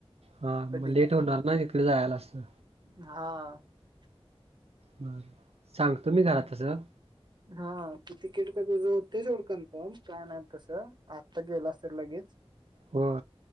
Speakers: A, on the right; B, on the right.
A: हा
B: कधी
A: मग लेट
B: कधी
A: होणार ना तिकडे जायला असं.
B: हा.
A: बरं सांगतो मी घरात तसं
B: हा तिकीट ते तुझ होते सोड कन्फर्म प्लॅन आहे तसं आत्ता गेला तर लगेच.
A: हो.